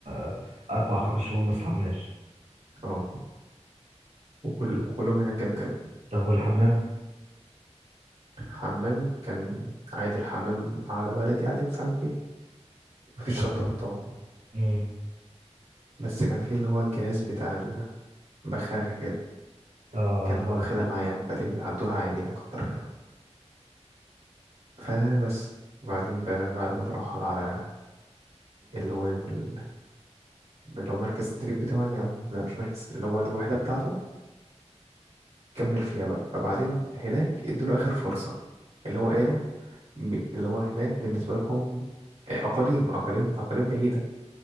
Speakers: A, on the right (about 85°); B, on the right (about 65°).
A: آه، أربع خمس شهور ما استحماش
B: اه وكل
A: مم.
B: وكلهم هناك كان كده
A: طب والحمام؟
B: حمام كان عادي الحمام قعدة بلدي عادي تتعامل فيه مفيش
A: آه
B: شطافة
A: طبعا
B: طبعا
A: مم.
B: بس كان فيه اللي هو الجهاز بتاع البخاخة كده
A: آه
B: كان
A: طبعا
B: هو واخدها معاه يعني فدي عدوها عادي يعني كتر خير فبس وبعدين بقى بعد ما اترحل على اللي هو ال- اللي هو مركز التدريب بتاعه يعني او لا مش مركز اللي هو الوحدة بتاعته كمل فيها بقى فبعدين هناك ادوله اخر فرصة اللي هو قالوا م- اللي هو هناك بالنسبة لهم آه، اقاليم اقاليم اقاليم بعيدة